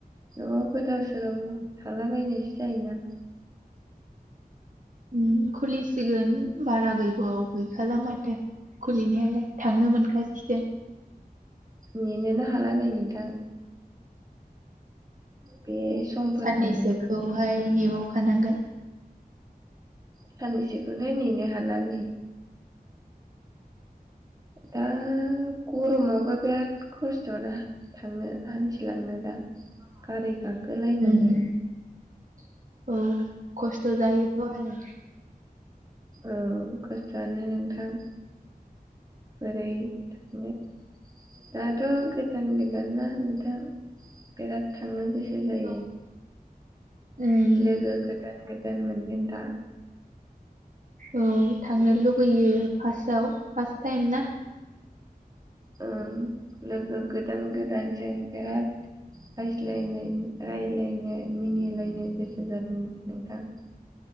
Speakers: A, on the right (about 25°); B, on the right (about 55°).
A: न'आव गोदाव सोराव थालाबायनायसो जायोना
B: उ खुलिसिगोन बारा गैबाव गैखाला माथो खुलिनायालाय थांनो मोनगासिगोन
A: नेनो हाला नै नोंथां बे समफोरखौनो
B: साननैसोखौहाय नेबावखानांगोन
A: सानैसोखौ नेनो हालानै दा गरमावबो बिराद खस्थ'ना थांनो हान्थिलांनो दा गारि गा खोलायनानै
B: उम <inaudible> औ खस्थ' जायोथ' आरो
A: औ खस्थ'आनो नोंथां बोरै थांनो दाथ' गोदान गोदान ना नोंथां बिराद थांनो गोसो जायो।
B: औ उम
A: लोगो गोदान गो दान मोनगोन दा
B: औ थांनो लुगैयो फार्स्टआव फास टाइम ना
A: उम लोगो गोदान गोदानजों बिराद रायज्लाय रायलायनो मिनिलायनो गोसो जादोंमोन नोंथां